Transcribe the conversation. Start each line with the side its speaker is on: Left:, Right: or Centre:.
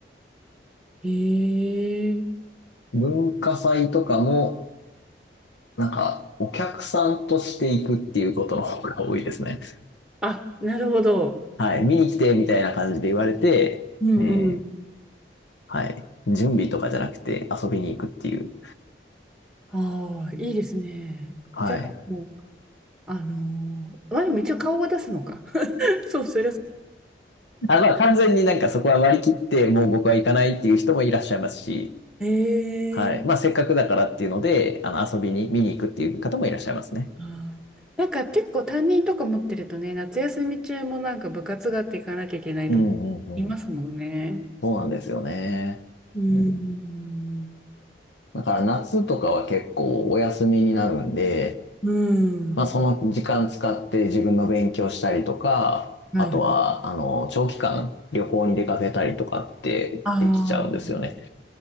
Centre: へえ。
Left: 文化祭とかも、なんか、お客さんとして行くっていうことの方が多いですね。
Centre: あ、なるほど。
Left: はい。見に来て、みたいな感じで言われて、
Centre: うんうん。
Left: えーはい。準備とかじゃなくて遊びに行くっていう。
Centre: ああ、いいですね。
Left: はい。
Centre: じゃあ、もう、あのー、まあ、でも一応顔は出すのか。<laughs> そう、そりゃそ
Left: あ、まあ完全になんかそこは割り切って、もう僕は行かないっていう人もいらっしゃいますし、
Centre: う。
Left: はい。
Centre: ええ
Left: まあ、せっかくだからっていうので、あの、遊びに、見に行くっていう方もいらっしゃいますね。
Centre: あーなんか結構担任とか持ってるとね、夏休み中もなんか部活があって行かなきゃいけないとかいますもんね。
Left: うんうんうん。そうなんですよね。
Centre: うん。
Left: うん。だから夏とかは結構お休みになるんで、
Centre: うん。
Left: まあその時間使って自分の勉強したりとか、
Centre: はい。
Left: あとは、あの、長期間旅行に出かけたりとかってできちゃうんですよね。
Centre: ああ、